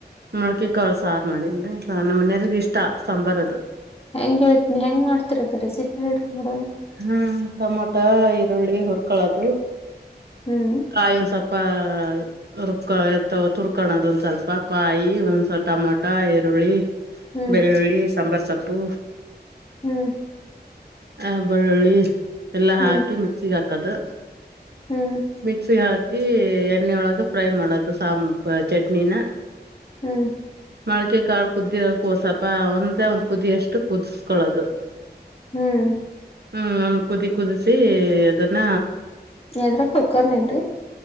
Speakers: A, on the right; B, on the left.
A: ಮೊಳ್ಕೆ ಕಾಳ ಸಾರು ಮಾಡೇನ್ರಿ ನಮ್ಮ ಮನೆಯರಿಗ ಇಷ್ಟ ಸಾಂಬಾರ್ ಅದು
B: ಹೆಂಗ ಹೇ ಹೆಂಗ್ ಮಾಡ್ತಿರದ ರೆಸಿಪಿ ಹೇಳ್ರಿ ನೋಡೋಣ
A: ಹ್ಮ್ ಟಮೊಟ ಈರುಳ್ಳಿ ಹುರ್ಕಳದು
B: ಹ್ಮ್
A: ಕಾಯಿ ಒಂದ ಸಪ್ಪ ಸ್ ರುಬ್ಕ ತಗುರ್ಕಳದು ಒಂದ ಸ್ವಲ್ಪ ಕಾಯಿ ಒಂದ್ಸಲ್ ಟಮಾಟ ಈರುಳ್ಳಿ
B: ಹ್ಮ್
A: ಬೆಳ್ಳುಳ್ಳಿ ಸಾಂಬಾರ ಸೊಪ್ಪು
B: ಹ್ಮ್
A: ಆ ಬೆಳ್ಳುಳ್ಳಿ ಎಲ್ಲಾ
B: ಹ್ಮ್ ಹ್ಮ್
A: ಹಾಕಿ ಮಿಕ್ಸಿಗೆ ಹಾಕದು
B: ಹ್ಮ್
A: ಮಿಕ್ಸಿ ಹಾಕಿ ಎಣ್ಣೆೊಳಗೆ ಫ್ರೈ ಮಾಡೋದು ಸಾಂಬ ಚಟ್ನಿನ
B: ಹ್ಮ್
A: ಮೊಕೆ ಕಾಳು ಕುದ್ದಿಕ ಸ್ಲ್ಪ ಒಂದ ಒಂದ್ ಕುದ್ದಿ ಅಷ್ಟು ಕುದಿಸಕೊಳ್ಳೋದು
B: ಹ್ಮ್
A: ಹ್ಮ್ ಒ ಕುದಿ ಕುದಿಸಿ ಅದನ್ನ
B: ಎದ್ರ ಕುಕ್ಕರ್ನದುರ